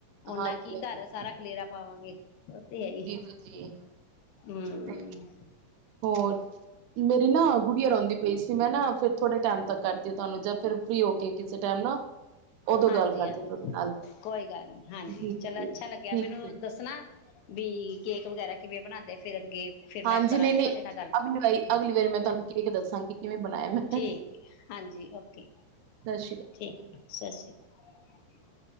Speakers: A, on the left; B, on the right.
A: ਓਨਾ
B: ਹਾਂਜੀ
A: ਕੀ
B: ਹਾਂਜੀ
A: ਘਰ ਸਾਰਾ ਤੇਰਾ ਪਾਵਾਂਗੇ ਉਹ ਤੇ ਹੈ ਹੀ
B: ਜੀ ਜੀ ਜੀ
A: ਹੂੰ
B: ਤੇ ਹੋਰ ਮੇਰੀ ਨਾ ਗੁੜੀਆ ਰੋਂਂਦੀ ਪਈ ਸੀ ਮੈਂ ਨਾ ਫੇਰ ਥੋੜ੍ਹੇ ਟਾਈਮ ਬਸ ਕਰਦੀ ਤੁਹਾਨੂੰ ਜਾਂ ਫਿਰ ਫਰੀ ਹੋ ਕੇ ਕਿਸੇ ਟਾਈਮ ਨਾਲ ਉਦੋਂ
A: ਹਾਂਜੀ
B: ਗੱਲ ਕਰਦੀ
A: ਹਾਂਜੀ
B: ਤੁਹਾਡੇ ਨਾਲ
A: ਕੋਈ ਗੱਲ ਨੀ ਹਾਂਜੀ
B: ਜੀ
A: ਚਲੋ
B: ਜੀ
A: ਅੱਛਾ
B: ਠੀਕ
A: ਲੱਗਿਆ ਮੈਨੂੰ
B: ਜੀ।
A: ਦੱਸਣਾ ਵੀ ਕੇਕ ਵਗੈਰਾ ਕਿ ਬਣਾਂਦੇ ਫਿਰ ਅੱਗੇ ਫਿਰ ਮੈਂ
B: ਹਾਂਜੀ
A: ਕਰਾਂਗੀ
B: ਨਈ ਨਈ
A: ਤੁਹਾਡੇ
B: ਮੈਂ
A: ਨਾਲ ਗੱਲ
B: ਅਗਲੀ ਵਾਰੀ ਅਗਲੀ ਵਾਰੀ ਮੈਂ ਤੁਹਾਨੂੰ ਕੇਕ ਦੱਸਾਂਗੀ ਕਿਵੇਂ ਬਣਾਇਆ
A: ਠੀਕ ਹਾਂਜੀ ਓਕੇ
B: <unintelligible>
A: ਠੀਕ ਸਤਿ ਸ਼੍ਰੀ ਅਕਾਲ।